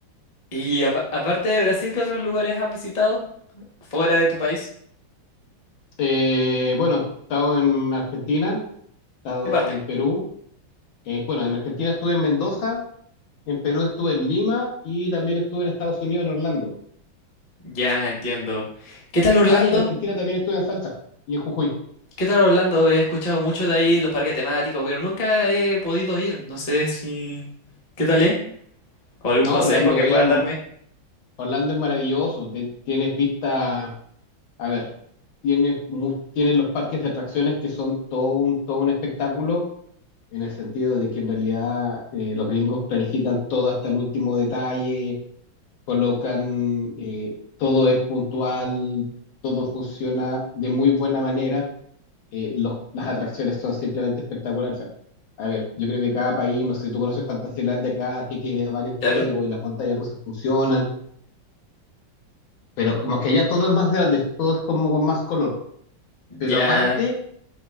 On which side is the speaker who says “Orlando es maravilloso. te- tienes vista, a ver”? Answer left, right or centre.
Left